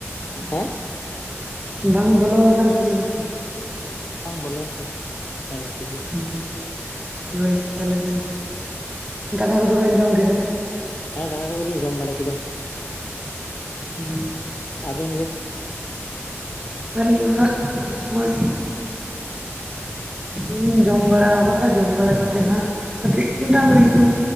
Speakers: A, on the left; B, on the right.
A: ᱦᱮᱸ
B: ᱵᱟᱝ ᱵᱚᱞᱚ ᱟᱠᱟᱱ ᱛᱟᱵᱤᱱᱟ ᱠᱷᱩᱞ
A: ᱵᱟᱝ ᱵᱚᱞᱚ ᱟᱠᱟᱱᱟ ᱦᱮᱸ ᱢᱟ ᱴᱷᱤᱠ ᱜᱮᱭᱟ
B: ᱦᱳᱭ ᱦᱳᱭ ᱛᱟᱦᱚᱞᱮ ᱵᱮᱱ ᱫᱟᱠᱟ ᱠᱚᱫᱚ ᱵᱮᱱ ᱡᱚᱢ ᱠᱮᱫᱟ?
A: ᱦᱮᱸ ᱫᱟᱠᱟ ᱠᱚᱫᱚ ᱞᱤᱧ ᱡᱚᱢ ᱵᱟᱲᱟ ᱠᱮᱫᱟ᱾
B: ᱦᱳᱭ
A: ᱟᱵᱮᱱ ᱜᱮ?
B: ᱟᱹᱞᱤᱧ ᱦᱚᱸ ᱦᱟᱸᱜ ᱱᱚᱜᱚᱭ ᱤᱧ ᱡᱚᱢ ᱵᱟᱲᱟᱣ ᱠᱟᱫᱟ ᱡᱚᱢ ᱵᱟᱲᱟ ᱠᱟᱛᱮᱱ ᱦᱟᱸᱜ ᱠᱟᱹᱴᱤᱡ ᱰᱟᱝᱜᱨᱤ ᱠᱩ